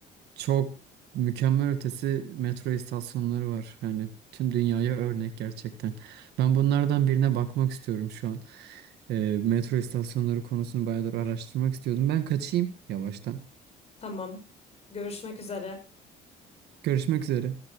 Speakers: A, on the right; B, on the left.
A: Çok mükemmel ötesi metro istasyonları var. Yani tüm dünyaya örnek gerçekten. Ben bunlardan birine bakmak istiyorum şu an. Ee, metro istasyonları konusunu bayağıdır araştırmak istiyordum. Ben kaçayım yavaştan.
B: Tamam. Görüşmek üzere.
A: Görüşmek üzere.